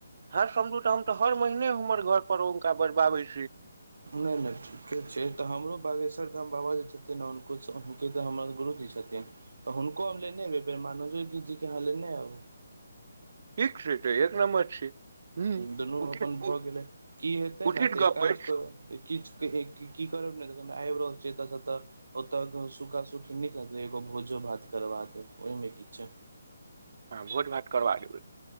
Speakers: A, on the right; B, on the right.
A: हर समझू तऽ हम हर महने हमर घर पर हुनका बजबाबे छै।
B: नै-नै ठीके छै। तऽ हमरो बागेश्वर धाम बाबा जे छथिन हुनको से हुनके तऽ हमर गुरुजी छथिन। तऽ हुनको हम लेने एबै प्रेमानंद जी के अहाँ लेनै आबु।
A: ठीक छै तै एक नम्बर छै। ह
B: दुनू
A: उचित
B: अपन भऽ गेलै की हेतै
A: उचित
B: ने तऽ
A: गप
B: एक काज
A: अछि
B: करा किछ के ए की की करब नै तखन त आब रहल छै एतऽ से तऽ ओतऽ क सूखा-सुखी नै करबै एगो भोजो-भात करवा के ओयमे की छै?
A: अ भोज-भात करबा देबै,